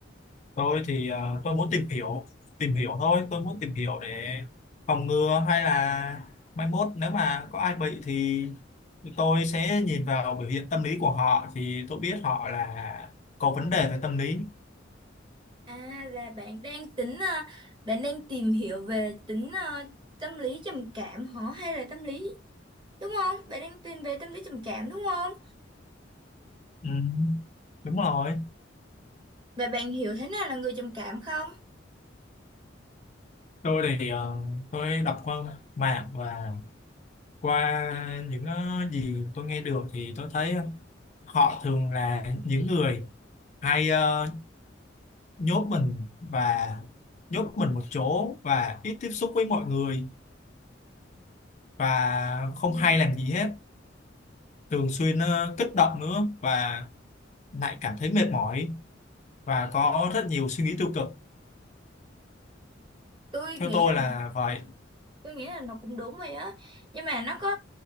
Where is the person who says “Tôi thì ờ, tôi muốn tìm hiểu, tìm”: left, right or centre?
Left